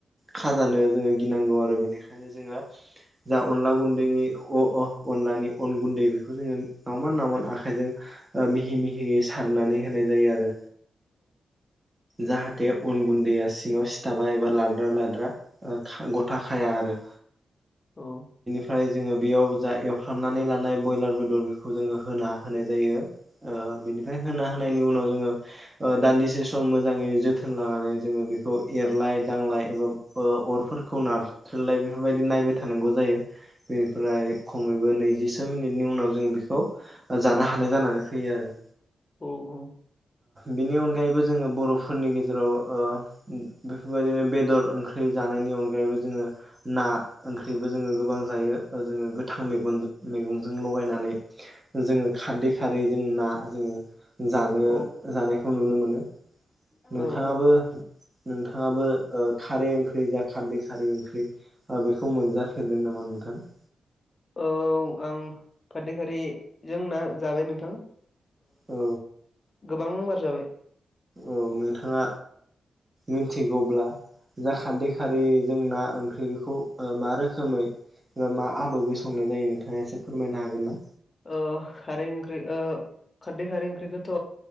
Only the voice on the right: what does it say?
खाजानो जोङो गिनांगौ आरो बेनिखायनो जोङो जा अनला गुन्दैनि अ-अ-अनलानि अन गुन्दै बेखौ जोङो नावमान नावमान आखाइ आखाइजों मिहि मिहि सारनानै होनाय जायो आरो जाहाथे अन गुन दैया सिङाव सिथाबा एबा लाद्रा लाद्रा गथा खाया आरो
ओमफ्राय जोङो बेयाव जा एवफ्रामनानै लानाय ब्रयलार बयलर बेखौ जोङो होना होनाय जायो ओ बिनिफ्राय होना होनायनि उनाव जोङो दान्दिसे सम मोजाङै जोथोन लानानै जोङो बेखौ एरलाय दांलाय एबा अरफोरखौ नारथ्रलाय बेफोरबायदि नाय जायो बेनिफ्राय खमैबो नैजिसो मिनिटनि उनाव जों बिखौ जानो हानाय जानानै फैयो आरो
बेनि अनगायैबो जोङो बर'फोरनि गेजेराव ओ बेफोरबायदिनो बेदर ओंख्रि, जानायनि अनगायैबो जोङो ना ओंख्रिबो जोङो गोबां जायो। जोङो गोथां मैग मैगंजों लगायनानै जोङो खारदै खारै जों ना जोङो जानो
जानायखौ नुनो मोनो। नोंथाङाबो
नोंथाङाबो खारै ओंख्रि जा खारदै खारै ओंख्रि बेखौ मोनजाफेरदों नामा नोंथां?
औ।
औ नोंथाङा मिथिगौब्ला जाखारदै खारै जों ना ओंख्रिखौ मा रोखोमै एबा मा आदबै संनाय जायो नोंथाङा एसे फोरमायनो हागोन ना?